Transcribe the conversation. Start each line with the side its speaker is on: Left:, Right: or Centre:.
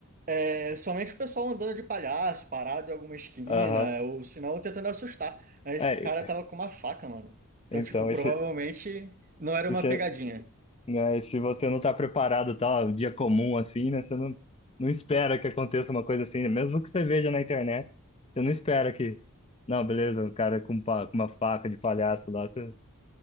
Right: é, somente o pessoal andando de palhaço, parado em alguma esquina,
Left: Aham.
Right: ou se não, tentando assustar. Aí Esse
Left: É,
Right: cara tava com uma faca, mano. Então,
Left: então,
Right: tipo, provavelmente
Left: isso,
Right: não era
Left: isso
Right: uma pegadinha.
Left: né? E se você não tá preparado, tá, um dia comum assim, né? Você não, não espera que aconteça uma coisa assim, né? Mesmo que você veja na internet, você não espera que, não, beleza, um cara com, pa- com uma faca de palhaço lá, você, você